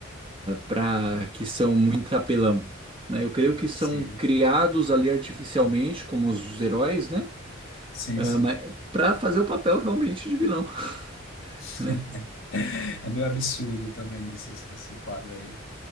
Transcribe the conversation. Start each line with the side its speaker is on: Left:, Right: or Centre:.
Right: para que são muito apelão, né? Eu creio que
Left: sim,
Right: são criados ali artificialmente como os heróis, né?
Left: sim,
Right: Ah,
Left: sim.
Right: mas para fazer o papel realmente de vilão, <laughs>
Left: <laughs>
Right: né?
Left: É meio absurdo também isso, esse esse quadro aí.